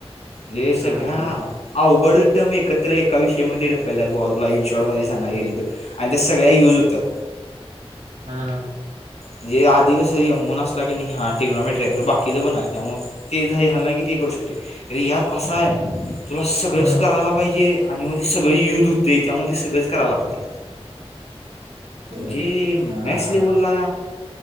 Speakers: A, on the left (about 80°); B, on the right (about 80°).
A: हे
B: हम्म
A: सगळा
B: हम्म
A: अवघड येतय म एकत्र एका विषय मध्ये ढकलल्यात बुवा तुला इनशाॅर्ट मध्ये सांगाय गेलं तर आणि त्या सगळ्या यूज होत्यात.
B: हा हा
A: म्हणजे आधी कसं एम वन असला कनी हा टेक्नोमेट्री आहे खर बाकीचं पण आहे त्यामुळे ते झालं की हे नाही की ते करू शकतोय खरं यात असं आहे तुला सगळंच
B: हम्म
A: करायला पाहिजे. आणि मग ते सगळं यूज होतय त्यामुळं ते सगळंच करावं लागतय
B: हम्म
A: जी
B: हा
A: मॅक्स
B: हा
A: लेवलला.